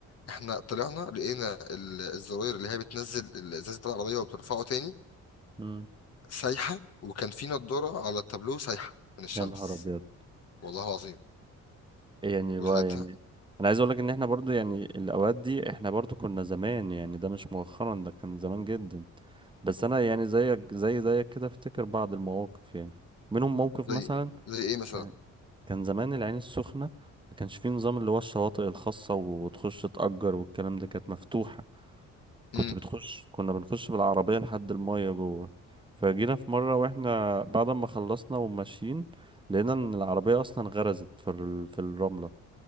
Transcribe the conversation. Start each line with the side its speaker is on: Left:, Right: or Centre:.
Left: احنا طلعنا لقينا ال- الزراير اللي هي بتنزل الازاز بتاع العربيه وبترفعه تاني
Right: امم
Left: سايحه وكان في نضاره على التابلو سايحه من الشمس
Right: يا نهار ابيض
Left: والله العظيم
Right: إيه يعني
Left: وساعتها
Right: بقى يعني انا عايز اقول لك ان احنا برضو يعني الاوقات دي احنا برضو كنا زمان يعني ده مش مؤخرا ده كان زمان جدا بس انا يعني زيك زي زيك كده افتكر بعض المواقف يعني منهم موقف
Left: زي
Right: مثلا
Left: زي ايه مثلا
Right: كان كان زمان العين السخنة ما كانش فيه نظام اللي هو الشواطئ الخاصة وتخش تأجر والكلام ده كانت مفتوحة كنت
Left: إمم.
Right: بتخش كنا بنخش بالعربية لحد المية جوه فجينا في مرة واحنا بعد ما خلصنا وماشيين لقينا ان العربية اصلا غرزت في ال... في الرملة